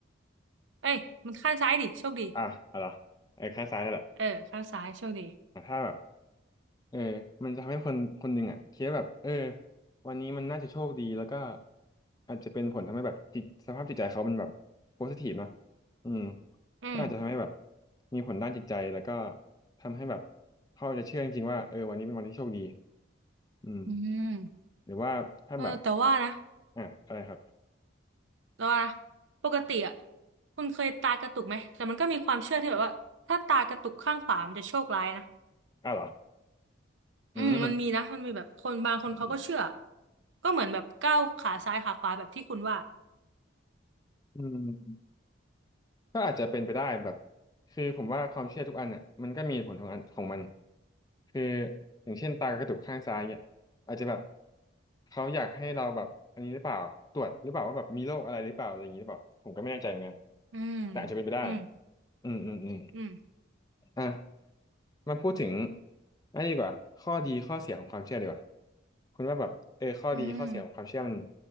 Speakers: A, on the right (about 75°); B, on the left (about 20°).
A: เอ้ยมันข้างซ้ายดิโชคดี
B: อ่ะอะไรอไอ้ข้างซ้ายนั่นแหละ
A: เออข้างซ้ายโชคดี
B: อ่ะถ้าแบบ เออมันจะทำให้คนคนหนึ่งอ่ะคิดว่าแบบเออวันนี้มันน่าจะโชคดีแล้วก็อาจจะเป็นผลทำให้แบบจิตสภาพจิตใจเขามันแบบโพสิทีฟเนอะอืม
A: อืม
B: ก็อาจจะทำให้แบบมีผลด้านจิตใจแล้วก็ทำให้แบบเขาจะเชื่อจริงๆว่าเออวันนี้เป็นวันที่โชคดีอืม
A: อืม
B: หรือว่าถ้าแบบ
A: เออแต่ว่านะ
B: อ่ะอะไรครับ
A: แล้วว่านะปกติอ่ะคุณเคยตากระตุกไหมแต่มันก็มีความเชื่อที่แบบว่าถ้าตากระตุกข้างขวามันจะโชคร้ายนะ
B: อ่ะเหรออืม
A: อืมมันมีนะมันมีแบบคนบางคนเขาก็เชื่อ
B: อืม
A: ก็เหมือนแบบก้าวขาซ้ายขาขวาแบบที่คุณว่า
B: อืมอืม ก็อาจจะเป็นไปได้แบบคือผมว่าความเชื่อทุกอันอ่ะมันก็มีเหตุผลของอันของมันคืออย่างเช่นตากระตุกข้างซ้ายเนี่ยอาจจะแบบเขาอยากให้เราแบบอันนี้หรือเปล่าตรวจหรือเปล่าว่าแบบมีโรคอะไรหรือเปล่าอะไรอย่างนี้หรือเปล่าผมก็ไม่แน่ใจเหมือนกัน
A: อืม
B: แต่อาจจะเป็นไปได้
A: อืม
B: อืมอืมอืม
A: อืม
B: อ่ะมาพูดถึงอันนี้ดีกว่าข้อดีข้อเสียของความเชื่อดีกว่าคุณว่าแบบเออข้อดีข้อเสียของความเชื่อมัน
A: อืม